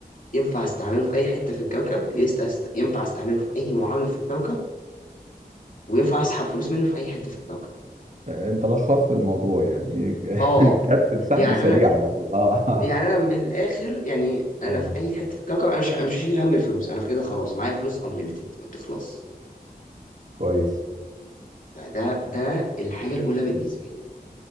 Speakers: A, on the left; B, on the right.
A: ينفع استعمله في اي حته في الكوكب يست... ينفع استعمله في اي معامله في الكوكب وينفع اسحب فلوس منه في اي حته في الكوكب
B: آه، انت لخصت الموضوع يعني
A: اه
B: <laughs> كانت سحب
A: يعني
B: سريع
A: انا
B: على طول اه آه.
A: يعني انا من الاخر يعني انا
B: ايوه
A: في اي حته في الكوكب انا مش مش هشيل هم الفلوس انا في كده خلاص معايا فلوس انليميتد ما تخلص
B: كويس
A: فده ده الحاجه الاولى بالنسبه لي